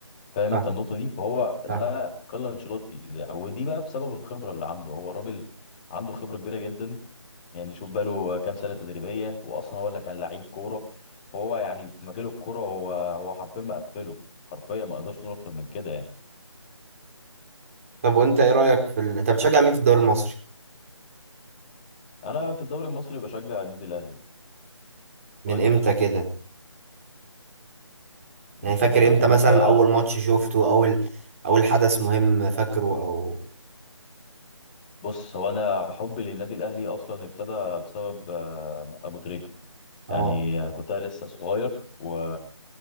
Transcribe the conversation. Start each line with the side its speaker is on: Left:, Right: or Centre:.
Left: فاهم
Right: فاهم
Left: انت النقطه دي فهو ده
Right: فاهم
Left: كارلو انشيلوتي ده- ودي بقى بسبب الخبره اللي عنده هو راجل عنده خبره كبيره جدا يعني شوف بقاله كام سنة تدريبية وأصلا هو اللي كان لعيب كورة هو يعني في مجال الكورة هو هو حرفيا مقفله حرفيا ما اقدرش نقول أكتر من كده يعني
Right: طب وانت ايه رايك في ال... انت بتشجع مين في الدوري المصري
Left: أنا في الدوري المصري بشجع النادي الأهلي
Right: من
Left: وأنت
Right: امتى كده
Left: بشجع
Right: يعني فاكر امتى
Left: من إمتى
Right: مثلا اول ماتش شفته اول اول حدث مهم فاكره او
Left: بص هو أنا حبي للنادي الأهلي أصلا ابتدى بسبب آه، أبو تريكة
Right: اه
Left: يعني كنت أنا لسه صغير و